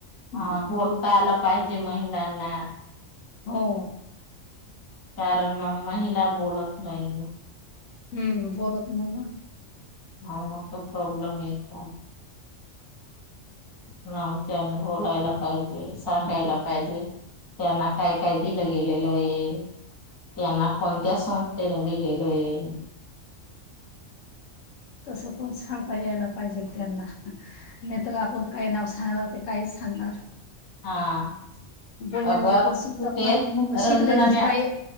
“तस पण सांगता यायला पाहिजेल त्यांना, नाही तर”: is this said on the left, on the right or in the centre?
Left